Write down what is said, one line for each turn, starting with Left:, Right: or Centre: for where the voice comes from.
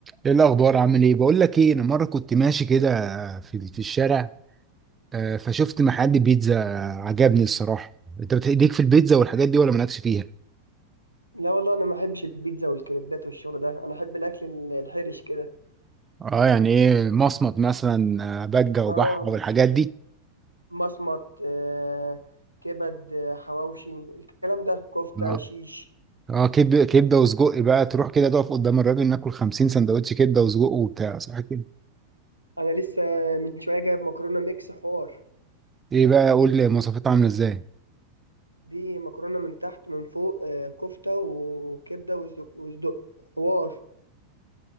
Right: ايه الاخبار عامل ايه بقول لك ايه انا مره كنت ماشي كده في في الشارع آه، فشفت محل بيتزا عجبني الصراحه انت بتديك في البيتزا والحاجات دي ولا مالكش فيها
Left: لا والله انا ما احبش البيتزا والكريبات والشغل ده انا احب الاكل ال- الحرش كده
Right: اه يعني ايه مصمت مثلا آه، بجه وبحه
Left: اه
Right: والحاجات دي
Left: مصمت آه كبد آه حواوشي الكلام ده كفته
Right: اه
Left: شيش
Right: اه كبده كبده وسجق بقى تروح كده تقف قدام الراجل ناكل 50 سندوتش كبده وسجق وبتاع صح كده
Left: انا لسه من شويه جايب مكرونه ميكس حوار
Right: ايه بقى قول لي مواصفاتها عامله ازاي
Left: دي مكرونه من تحت من فوق آه كفته وكبده وصدق وصدق حوار